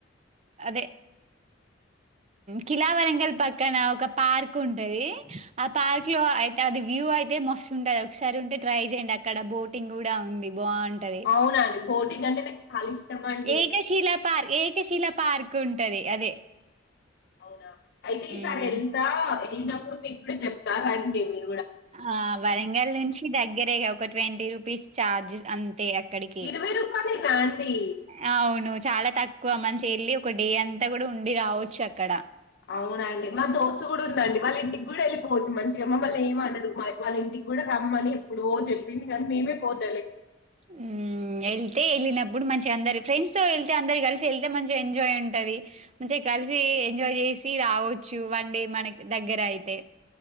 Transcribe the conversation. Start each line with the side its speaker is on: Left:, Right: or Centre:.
Right: అదే కిలా వరంగల్ పక్కన ఒక పార్క్ ఉంటది ఆ పార్క్ లో అయితే అది వ్యూ అయితే మస్తు ఉంటది ఒకసారి ఉంటే ట్రై చేయండి అక్కడ బోటింగ్ కూడా ఉంది బావుంటది.
Left: అవున అండీ బొటింగ్ అంటే నాకు చాలా ఇష్టం అండి
Right: ఏకశిలా పార్క్ ఏకశిల పార్క్ ఉంటది అదే
Left: న అయితే
Right: హ్మ్.
Left: ఈసారి ఎళ్తా వెళ్ళినప్పుడు మీకూడా చెప్తా రండి మీర్
Right: ఆ వరంగల్ నుంచి దగ్గరేగా ఒక ట్వంటీ రూపీస్ ఛార్జెస్ అంతే అ కడికి
Left: ఇరవై రూపాయలేనా అండి
Right: ఆ అవును చాలా తక్కువ మంచి వెళ్ళి ఒక డే అంతా కూడా ఉండి రావచ్చు అక్కడ
Left: అవునండి మా దోస్త్ కూడా ఉందండి వాళ్ళ ఇంటికి కూడా వెళ్ళిపోవచ్చు మంచిగా మమ్మల్ని ఏమనరు మ వాళ్ళ ఇంటికి కూడా రమ్మని ఎప్పుడో చెప్పింది కానీ మేమే పోత
Right: ఉ ఊ ఎళ్తే ఇప్పుడు మంచిగా అందరి ఫ్రెండ్స్ తో వెళ్తే అందరి కలిసి వెళ్తే మంచి ఎంజాయ్ ఉంటది మంచిగా కలిసి ఎంజాయ్ చేయ్ చ్చసి రావచ్చు వండి మనకి దగ్గర అయితే